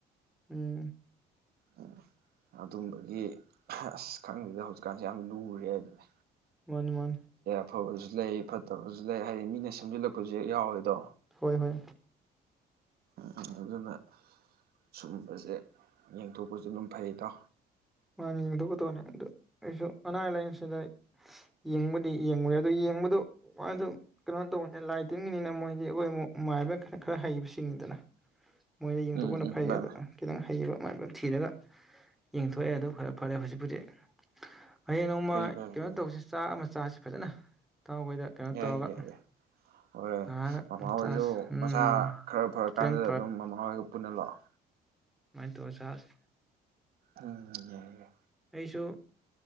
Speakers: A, in the centre; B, on the right (about 65°).
A: ꯎꯝ
B: ꯎꯝ ꯑꯗꯨꯝꯕꯒꯤ ꯑꯁ ꯈꯪꯗꯗ ꯍꯧꯖꯤꯛꯀꯥꯟꯁꯦ ꯌꯥꯝ ꯂꯨꯔꯦ ꯍꯥꯏꯗꯅ
A: ꯋꯥꯟ ꯋꯥꯟ
B: ꯑꯐꯕꯁꯨ ꯂꯩ ꯐꯠꯇꯕꯁꯨ ꯂꯩ ꯍꯥꯏꯗꯤ ꯃꯤꯅ ꯁꯦꯝꯖꯤꯜꯂꯛꯄꯁꯨ ꯍꯦꯛ ꯌꯥꯎꯋꯦꯗꯣ
A: ꯍꯣꯏ ꯍꯣꯏ
B: ꯎ ꯑꯗꯨꯅ ꯁꯨꯝꯕꯁꯦ ꯌꯦꯡꯊꯣꯛꯄꯁꯨ ꯑꯗꯨꯝ ꯐꯩꯗꯣ
A: ꯃꯥꯅ ꯌꯦꯡꯊꯣꯛꯀꯗꯧꯕꯅꯦ ꯑꯗꯨ ꯑꯩꯁꯨ ꯑꯅꯥ ꯂꯥꯏꯌꯦꯡꯁꯤꯗ ꯌꯦꯡꯕꯨꯗꯤ ꯌꯦꯡꯕꯨꯔ ꯑꯗꯨ ꯌꯦꯡꯕꯗꯣ ꯃꯥꯁꯨ ꯀꯩꯅꯣ ꯇꯧꯕꯅꯤ ꯂꯥꯏ ꯇ꯭ꯔꯤꯒꯤꯅꯤꯅ ꯃꯣꯏꯗꯤ ꯑꯩꯈꯣꯏ ꯑꯃꯨꯛ ꯃꯥꯏꯕ ꯈꯔ ꯈꯔ ꯍꯩꯕꯁꯤꯡꯅꯤꯤꯗꯅ ꯃꯣꯏꯅ ꯌꯦꯡꯊꯣꯛꯄꯅ
B: ꯎꯝ ꯎꯝ
A: ꯐꯩꯌꯦꯗ
B: ꯃꯥꯅꯦ
A: ꯈꯤꯇꯪ ꯍꯩꯕ ꯑꯃꯉꯥꯏꯕ ꯊꯤꯔꯒ ꯌꯦꯡꯊ ꯊꯣꯛꯑꯦ ꯑꯗꯨ ꯐꯔꯦ ꯐꯔꯦ ꯍꯧꯖꯤꯛꯄꯖꯤꯛ ꯍꯌꯦꯡ ꯅꯣꯡꯃ
B: ꯐꯩ ꯐꯩ
A: ꯀꯩꯅꯣ
B: ꯐꯩ
A: ꯇꯧꯕꯁꯤ ꯆꯥꯛ ꯑꯃ ꯆꯁꯤꯦ ꯐꯖꯅ ꯏꯇꯥꯎꯈꯣꯏꯗ ꯀꯩꯅꯣ
B: ꯌꯥꯏ
A: ꯇꯧꯔꯒ
B: ꯌꯥꯏ ꯌꯥꯏ ꯍꯣꯏꯣꯏ
A: ꯅꯥꯔꯒ
B: ꯃꯃꯥꯍꯣꯏꯁꯨ
A: ꯆꯥꯁꯤ ꯎꯝ
B: ꯃꯁꯥ ꯈꯔ ꯐꯔꯛ
A: ꯈꯤꯇꯪ
B: ꯀꯥꯟꯗꯨꯗ ꯑꯗꯨꯝ ꯃꯃꯥꯍꯣꯏꯒ ꯄꯨꯟꯅ ꯂꯥꯛꯑꯣ
A: ꯋꯥꯅꯤ ꯇ ꯁꯁ
B: ꯎꯝ
A: ꯑꯩꯁꯨ